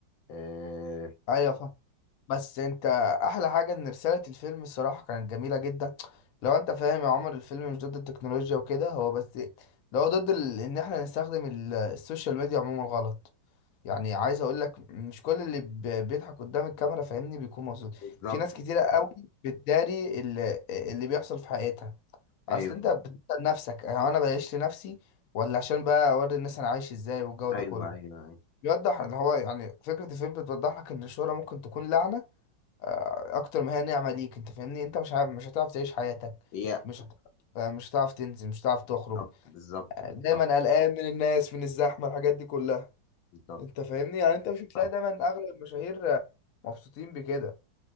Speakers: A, on the left; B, on the left.
A: آه،
B: ايوه فاهم بس انت احلى حاجة ان رسالة الفيلم الصراحة كانت جميلة جدا لو انت فاهم يا عمر الفيلم مش ضد التكنولوجيا وكده هو بس لو ضد ال... ان احنا نستخدم ال- السوشيال ميديا عموما غلط يعني عايز اقول لك مش كل اللي بي- بيضحك قدام الكاميرا فاهمني بيكون مبسوط
A: بالظبط
B: في ناس كتيره قوي بتداري اللي, اللي بيحصل في حياتها
A: أيوه
B: اصل انت بتسال نفسك هو انا بعيش لنفسي ولا عشان بقى اوري الناس انا عايش ازاي والجو
A: أيوه
B: ده كله
A: أيوه أيوه
B: بيوضح اللي هو يعني فكره الفيلم بتوضح لك ان الشهره ممكن تكون لعنه آه، اكتر ما هي نعمه ليك انت فاهمني انت مش عارف مش هتعرف تعيش حياتك
A: هي
B: مش هتعرف مش هتعرف تنزل مش هتعرف تخرج
A: بالظبط بالظبط
B: آه،
A: بالظبط
B: دايما قلقان من الناس من الزحمه الحاجات دي كلها
A: بالظبط
B: انت فاهمني يعني انت مش هتلاقي
A: صح.
B: دايما اغلب المشاهير مبسوطين بكده